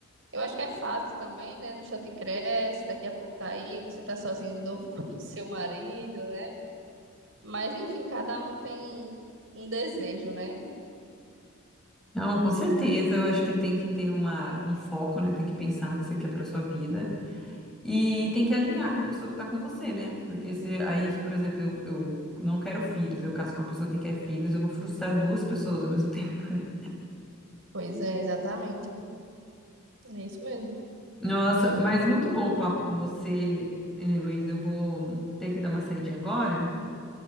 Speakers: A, on the right; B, in the centre.
A: eu acho que é fases também, né? No chão te cresce, daqui a pouco tá aí, você tá sozinho de novo <laughs> com o seu marido, né? Mas enfim, cada um tem um desejo, né?
B: Não, com certeza. Eu acho que tem que ter uma, um foco, né? Tem que pensar no que você quer para sua vida. E tem que alinhar com a pessoa que tá com você, né? Porque se aí, por exemplo, eu, eu não quero filhos, eu caso com uma pessoa que quer filhos, eu vou frustrar duas pessoas ao mesmo <laughs> tempo, né?
A: Pois é, exatamente. É isso mesmo.
B: Nossa, mas muito bom o papo com você, eh, Luiz. Eu vou ter que dar uma saidinha agora.